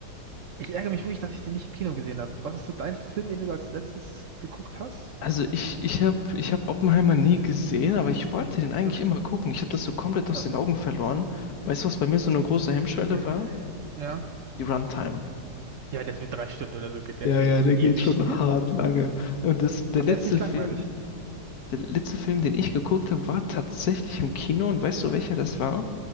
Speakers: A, on the right (about 60°); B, on the left (about 65°).
A: ich ärgere mich wirklich, dass ich den nicht im Kino gesehen habe. Was ist so dein Film, den du als letztes geguckt hast?
B: Also ich, ich habe ich hab Oppenheimer nie gesehen, aber ich wollte den eigentlich
A: Ja.
B: immer gucken. Ich habe das so komplett aus
A: Ja.
B: den Augen verloren. Weißt du, was bei mir so eine große
A: <laughs>
B: Hemmschwelle war?
A: Ja,
B: Die Runtime.
A: ja der ist mit drei Stunden oder so, geht der,
B: Ja,
A: der
B: ja,
A: geht
B: der
A: ewig.
B: geht schon
A: <laughs>
B: hart lange. Und das, der
A: Aber
B: letzte
A: er ist nicht langweilig.
B: Film, der letzte Film, den ich geguckt habe, war tatsächlich im Kino. Und weißt du, welcher das war?